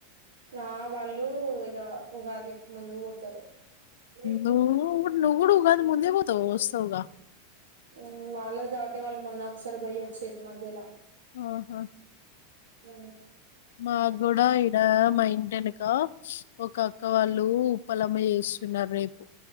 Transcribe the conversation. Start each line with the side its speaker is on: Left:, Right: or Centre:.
Right: ఆ వాళ్ళు ఇగ ఉగాదికి ముందు పోతరు. ఉగాదికి
Left: నువ్వు
Right: ముందు ఎందుకు
Left: నువ్వు
Right: పోతారు
Left: కూడా ఉగాది ముందే పోతావు వస్తావుగా
Right: ఆ వాళ్ళే అంటే వాళ్ళు మొన్న ఒకసారి పోయి వచ్చిర్రు మధ్యల
Left: ఆహా
Right: ఊ
Left: మాక్ గూడ ఈడ మా ఇంటెనుకా ఒక అక్క వాళ్ళు ఉప్పలమ్మ చేస్తున్నరు రేపు